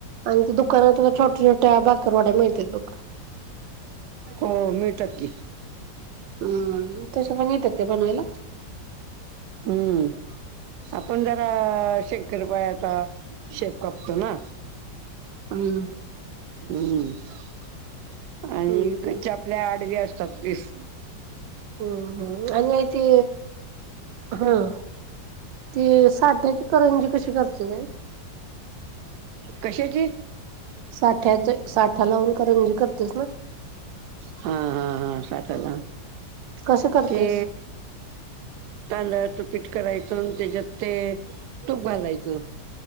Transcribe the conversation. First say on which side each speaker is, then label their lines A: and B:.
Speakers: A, on the right (about 85°); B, on the right (about 70°).
A: आणि त्या दुकानात छोट्या छोट्या बाकरवाड्या मिळत बघ.
B: हो मिळतात की
A: हम तसे पण येतात का बनवायला.
B: हम्म आपण जरा श पायाचा शेप कापतो ना.
A: हम्
B: हम्म आणि
A: हम्म
B: कच्छ
A: हम्म
B: आपल्या आडवी असतात तीस
A: हम्म हम्म आणि ते हम ते साध्याची करंजी कशी करते जाई
B: कशाची
A: साठ्याचा साठा लावून करंजी करतेस ना
B: हा हा हा साठला
A: कसं करतेस
B: ते तांद तू पिटकाय त्याच्यात ते तूप घालायचं